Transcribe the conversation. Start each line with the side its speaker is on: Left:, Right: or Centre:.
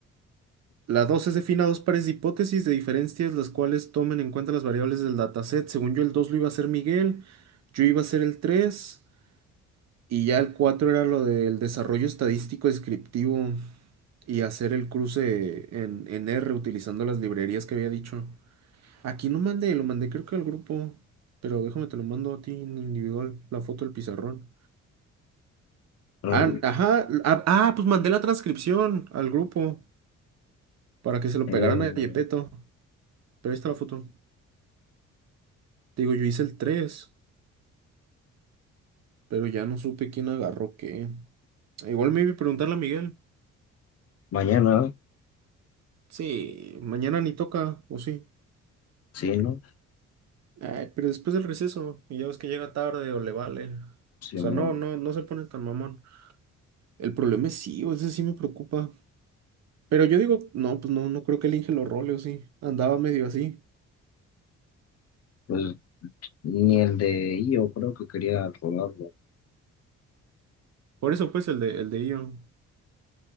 Right: La 2 es defina dos pares de hipótesis de diferencias, las cuales tomen en cuenta las variables del dataset. Según yo, el 2 lo iba a hacer Miguel, yo iba a hacer el 3 y ya el 4 era lo del desarrollo estadístico descriptivo y hacer el cruce en, en R utilizando las librerías que había dicho. Aquí no mandé, lo mandé creo que al grupo, pero déjame te lo mando a ti en individual, la foto del pizarrón.
Left: mm,
Right: Ah, ajá. Ah, ah, pues mandé la transcripción al grupo para que se lo
Left: eh,
Right: pegaran a Yepeto. Pero ahí está la foto. Te digo, yo hice el tres pero ya no supe quién agarró qué. Igual me iba a preguntarle a Miguel.
Left: mañana,
Right: Sí, mañana ni toca, o sí.
Left: sí, ¿no?
Right: Ay, pero después del receso, y ya ves que llega tarde o le vale.
Left: Sí,
Right: O sea,
Left: no,
Right: no, no, no se pone tan mamón. El problema es sí, o ese sí me preocupa. Pero yo digo, no, pues no, no creo que el Inge lo role, o sí. Andaba medio así.
Left: pues ni el de yo creo que quería rodarlo.
Right: Por eso, pues, el de, el de Ion.